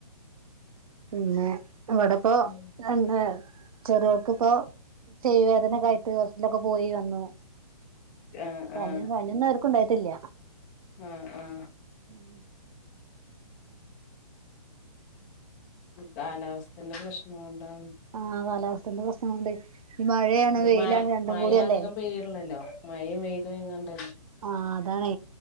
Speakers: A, on the right; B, on the left.
A: പിന്നെ ഇവിടെപ്പൊ
B: ഉം
A: ഇന്ന് ചെറിയോൾക്കിപ്പോ ചെവി വേദനക്കായിട്ട് ഹോസ്പിറ്റലൊക്കെ പോയി വന്നു.
B: ആഹ്
A: പനി
B: ആഹ്
A: പനിയൊന്നും ആർക്കും ഉണ്ടായിട്ടില്ല
B: ആഹ് ആഹ്
A: <inaudible>
B: കാലാവസ്ഥന്റെ പ്രശ്നം കൊണ്ടാന്ന്
A: ആഹ് കാലാവസ്ഥന്റെ പ്രശ്നം കൊണ്ട് ഈ മഴയാണ്
B: ഇത്
A: വെയിലാണ്
B: മ
A: രണ്ടും
B: മഴ
A: കൂടിയല്ലേ
B: അധികം പെയ്ല്ലല്ലോ മഴയും പെയ്ത ഇങ്ങണ്ടല്ലേ
A: ആഹ്‌ അതാണ്